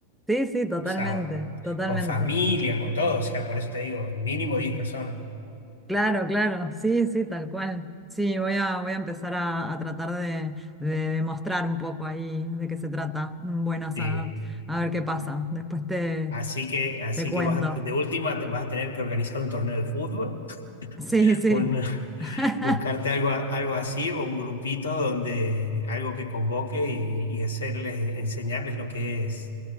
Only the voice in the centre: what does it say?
Sí, sí, totalmente,
totalmente.
Claro, claro, sí, sí, tal cual. Sí, voy a, voy a empezar a, a tratar de, de demostrar un poco ahí de qué se trata un buen asado.
A ver qué pasa. Después te,
te cuento.
Sí, sí.
<laughs>